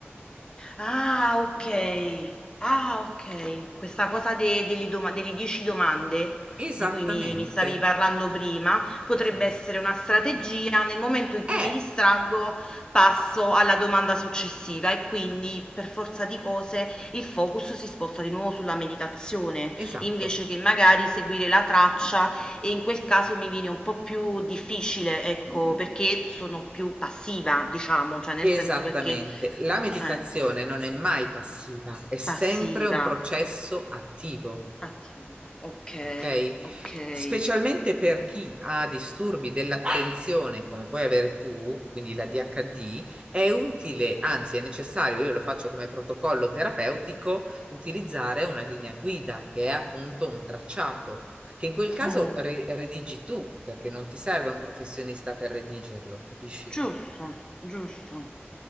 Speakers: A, on the left (about 20°); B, on the right (about 25°).
A: Ah, okay. Ah, okay. Questa cosa de delle doma delle 10 domande
B: Esattamente,
A: di cui mi mi stavi parlando prima, potrebbe
B: esattamente.
A: essere una strategia. Nel momento in cui
B: Eh,
A: mi distraggo, passo alla domanda successiva e quindi, per forza di cose, il focus si sposta di nuovo sulla meditazione,
B: esatto,
A: invece che magari seguire la traccia e in quel caso mi viene un po' più difficile, ecco, perché sono più passiva, diciamo, cioè nel
B: esattamente.
A: senso perché
B: La meditazione
A: ecco.
B: non è mai passiva, è sempre
A: Passiva,
B: un processo attivo.
A: attiva, okay,
B: ok?
A: okay.
B: Specialmente per chi ha disturbi dell'attenzione, come puoi avere tu, quindi la DHD, è utile, anzi è necessario, io lo faccio come protocollo terapeutico, utilizzare una linea guida che è appunto un tracciato, che in quel caso
A: Mh.
B: re- redigi tu, perché non ti serve un professionista per redigerlo, capisci?
A: Giusto, giusto.